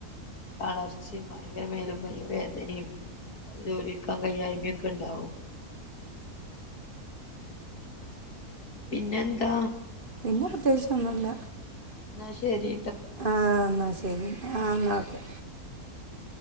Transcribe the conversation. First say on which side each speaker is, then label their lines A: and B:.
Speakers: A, on the left; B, on the right.
A: തളർ ച്ചിം ഭയങ്കര മേലും, കയ്യും, വേദനിം ജോലിട്ക്കാൻ കൈയായ്മെ ഒക്കെ ഉണ്ടാവും പിന്നെന്താ
B: പിന്നെ പ്രത്യേകിച്ചൊന്നുല്ല
A: എന്നാ ശരി
B: ആഹ് ആന്നാ ശരി ആഹ് ആന്നാ ഓക്കെ
A: ഉം